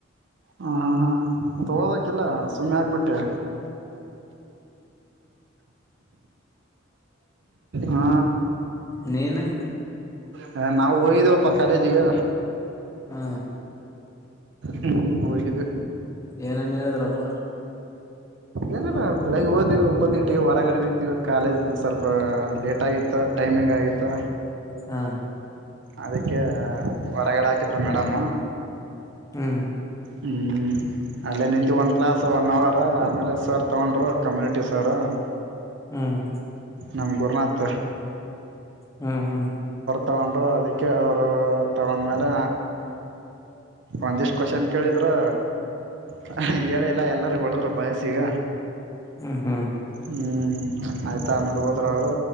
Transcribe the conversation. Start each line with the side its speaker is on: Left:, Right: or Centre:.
Right: ಹಾ ಹಾ ಹಾ ಮತ್ತೆ ಓದಕಿಲ್ಲ ಸುಮ್ಮನೆ ಆಕ್ಬಿಟ್ಟೆ ಹ
Left: ನೀನು
Right: ಹ ನಾವು ಹೋಗಿದೀವಪ್ಪ ಕಾಲೇಜಿಗೆ
Left: ಹಾ
Right: ಹ್ಮ್ ಹೋಗದು
Left: ಏನನ್ ಹೇಳಿದ್ರಪ್ಪ
Right: ಏನಲ್ಲ ಬೆಳಿಗ್ಗೆ ಹೋದ್ವಿ ಒಂಬತ್ತು ಗಂಟೆಗೆ ಹೊರಗಡೆ ನಿಂತೀವಿ ಕಾಲೇಜ್ ಸ್ವಲ್ಪ ಲೇಟ್ ಆಗಿತ್ತ ಟೈಮಿಂಗ್ ಆಗಿತ್ತು
Left: ಹಾ
Right: ಅದಕ್ಕೆ ಹೊರಗಡೆ ಹಾಕಿದ್ರ ಮೇಡಮ್
Left: ಹ್ಮ್
Right: ಹ್ಮ್ ಅಲ್ಲೇ ನಿಂತು ಒಂದು ಕ್ಲಸ್ ಒನ್ ಅವರ್ ಆಮೇಲೆ ಸರ್ ತಗೊಂಡ್ರು ಕಮ್ಯುನಿಟಿ ಟ ಸಾರಾ
Left: ಹ್ಮ್
Right: ನಮ್ಮ ಗುರುನಾಥ
Left: ಹಾ ಹಾ
Right: ತಗೊಂಡರು ಅದಕ್ಕೆ ಅವರು ತಗೊಂಡ್ಮೇಲೆ ಒಂದಿಷ್ಟ ಕ್ವಶನ್ ಕೇಳಿದ್ರರು ಹ ಹೇಳಿಲ್ಲ ಎಲ್ಲಾರ ಹೊಡದ್ರ ಬಯಸಿಗ
Left: ಹ್ಮ್ ಹ್ಮ್
Right: ಹ್ ಆಯತಾ ಆಮೇಲೆ ಓದ್ರ ಅವರು